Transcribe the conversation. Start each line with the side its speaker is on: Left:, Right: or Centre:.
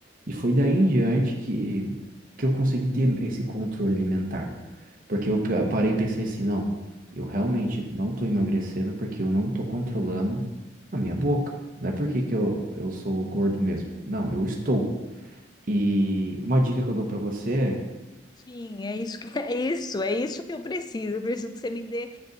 Right: E foi daí em diante que, que eu consegui ter esse controle alimentar. Porque eu pa- eu parei e pensei assim, não, eu realmente não tô emagrecendo porque eu não tô controlando a minha boca. Não é porque que eu, eu sou gordo mesmo. Não, eu estou. E uma dica que eu dou pra você
Left: Sim, é isso que <laughs> é isso, é isso que eu preciso. Eu preciso que você me dê